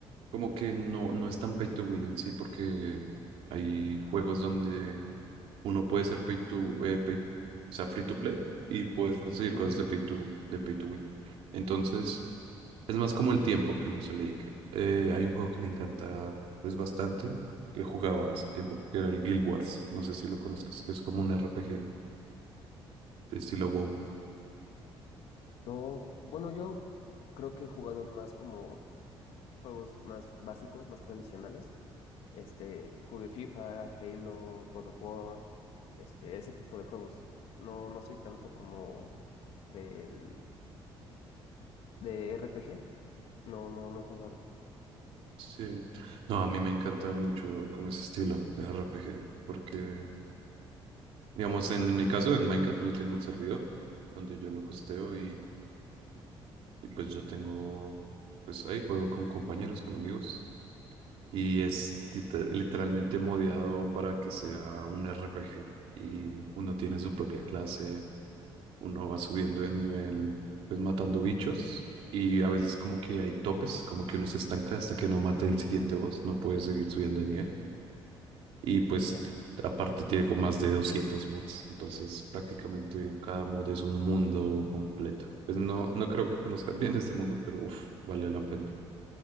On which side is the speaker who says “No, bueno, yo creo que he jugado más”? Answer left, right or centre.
Left